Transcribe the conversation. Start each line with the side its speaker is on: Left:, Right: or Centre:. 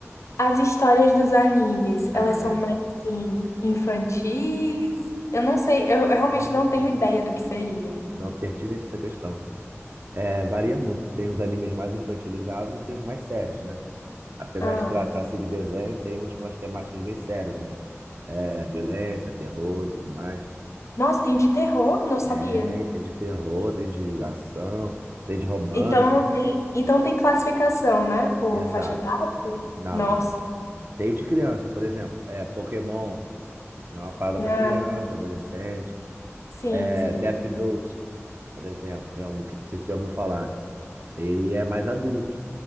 Left: As histórias dos animes,
Right: Ah,
Left: elas são
Right: é.
Left: mais assim, infantis? Eu não sei, eu, eu realmente
Right: Hum,
Left: não tenho ideia do que seria.
Right: não pertinente essa questão. É, varia muito. Tem os animes mais infantilizados e tem os mais sérios, né? Apesar
Left: Ah,
Right: de tratar-se de desenho, tem uns com as temáticas bem sérias, né? É, violência, terror e tudo mais.
Left: nossa, tem de terror? Não sabia.
Right: é tem de terror, tem de ação, tem de romance.
Left: Então tem, então tem classificação, né? Por
Right: Exato.
Left: faixa etária?
Right: Não,
Left: Nossa,
Right: não. Tem o de criança, por exemplo. É, Pokémon é uma parada
Left: né?
Right: para criança, adolescente.
Left: Sim,
Right: É,
Left: sim.
Right: Death Note, por exemplo, que é um que não sei se você ouviu falar. Ele é mais adulto.